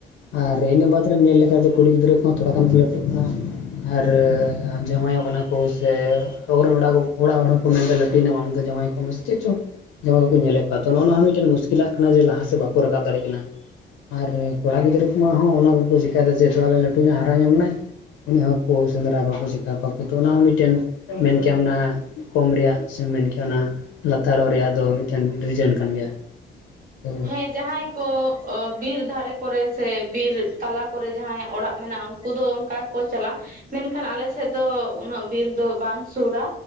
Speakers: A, on the left (about 75°); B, on the right (about 45°).
A: ᱟᱨ ᱤᱱᱟᱹ ᱵᱟᱫᱽ ᱨᱮᱢ ᱧᱮᱞ ᱞᱮᱠᱷᱟᱡ ᱫᱚ ᱠᱩᱲᱤ ᱜᱤᱫᱽᱨᱟᱹ ᱠᱚᱦᱚᱸ ᱛᱷᱚᱲᱟ ᱜᱟᱱ ᱞᱟᱹᱴᱩᱜ ᱠᱟᱱᱟ᱾ ᱟᱨ ᱡᱟᱶᱟᱭᱚᱜ ᱠᱟᱱᱟ ᱠᱚ ᱥᱮ ᱚᱵᱚᱨᱮᱱ ᱚᱲᱟᱜ ᱠᱚ ᱚᱲᱟᱜ ᱦᱚᱲ ᱦᱚᱸᱠᱚ ᱢᱮᱱᱛᱮ ᱫᱟ ᱞᱟᱹᱴᱩᱭᱮᱱᱟᱢ ᱟᱢ ᱫᱚ ᱡᱟᱶᱟᱭ <unintelligible> ᱪᱮᱫ ᱪᱚᱝ ᱡᱟᱶᱟᱭ ᱠᱚᱠᱚ ᱧᱮᱞᱮᱫ ᱠᱚᱣᱟ ᱛᱚ ᱱᱚᱜᱼᱚᱭ ᱱᱚᱣᱟ ᱢᱤᱫᱴᱮᱱ ᱢᱩᱥᱠᱤᱞᱟᱜ ᱠᱟᱱᱟ ᱡᱮ ᱞᱟᱦᱟᱥᱮᱫ ᱵᱟᱠᱚ ᱨᱟᱠᱟᱵᱽ ᱫᱟᱲᱮᱜ ᱠᱟᱱᱟ᱾ ᱟᱨ ᱠᱚᱲᱟ ᱜᱤᱫᱽᱨᱟᱹ ᱠᱚᱢᱟ ᱦᱚᱸ ᱚᱱᱟ ᱠᱚᱠᱚ ᱪᱮᱠᱟᱭ ᱫᱟ ᱡᱮ ᱛᱷᱚᱲᱟ ᱜᱟᱱ ᱞᱟᱹᱴᱩ ᱧᱚᱜ ᱦᱟᱨᱟ ᱧᱟᱢ ᱱᱟᱭ ᱩᱱᱤ ᱦᱚᱸᱠᱚ ᱥᱮᱸᱫᱽᱨᱟ ᱠᱚᱣᱟ ᱠᱚ ᱪᱮᱠᱟ ᱠᱚᱣᱟ ᱠᱚ, ᱛᱚ ᱚᱱᱟ ᱦᱚᱸ ᱢᱤᱫᱴᱮᱱ ᱢᱮᱱ ᱠᱮᱭᱟᱢ ᱚᱱᱟ ᱠᱚᱢ ᱨᱮᱭᱟᱜ ᱥᱮᱢ ᱢᱮᱱ ᱠᱮᱭᱟ ᱚᱱᱟ ᱞᱟᱛᱟᱨᱚᱜ ᱨᱮᱭᱟᱜ ᱫᱚ ᱢᱤᱫᱴᱮᱱ ᱨᱤᱡᱟᱹᱱ ᱠᱟᱱ ᱜᱮᱭᱟ᱾ ᱛᱚ
B: ᱦᱮᱸ ᱡᱟᱦᱟᱸᱭ ᱠᱚ ᱚ ᱵᱤᱨ ᱫᱷᱟᱨᱮ ᱠᱚᱨᱮ ᱥᱮ ᱵᱤᱨ ᱛᱟᱞᱟ ᱠᱚᱨᱮ ᱡᱟᱦᱟᱸᱭᱟᱜ ᱚᱲᱟᱜ ᱢᱮᱱᱟᱜᱼᱟ ᱩᱱᱠᱩ ᱫᱚ ᱚᱱᱠᱟ ᱜᱮᱠᱚ ᱪᱟᱞᱟᱜ ᱢᱮᱱᱠᱷᱟᱱ ᱟᱞᱮ ᱥᱮᱫ ᱫᱚ ᱩᱱᱟᱹᱜ ᱵᱤᱨ ᱫᱚ ᱵᱟᱝ ᱥᱩᱨᱟ